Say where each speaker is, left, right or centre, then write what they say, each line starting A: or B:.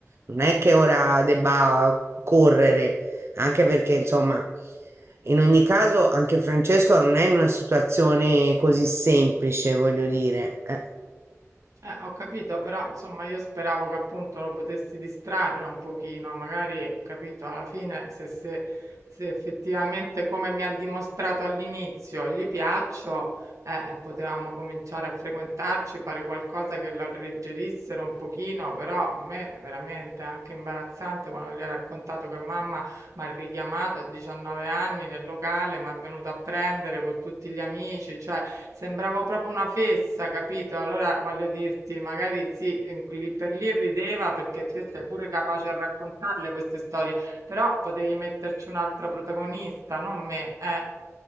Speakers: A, on the right; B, on the right.
A: non è che ora debba correre, anche perché, insomma, in ogni caso, anche Francesco non è in una situazione così semplice, voglio dire. Eh,
B: Eh, ho capito, però insomma io speravo che appunto lo potessi distrarre un pochino, magari, capito, alla fine se, se- se effettivamente come mi ha dimostrato all'inizio gli piaccio, eh, eh, potevamo cominciare a frequentarci, fare qualcosa che lo alleggerissero un pochino, però a me veramente è anche imbarazzante quando gli ho raccontato che mamma M'ha richiamato a 19 anni nel locale, m'ha venuto a prendere co' tutti gli amici, cioè sembravo proprio una fessa, capito? Allora voglio dirti, magari sì, in- lì per lì rideva perché te sei pure capace a raccontarle queste storie, però potevi metterci un'altra protagonista, non me, eh,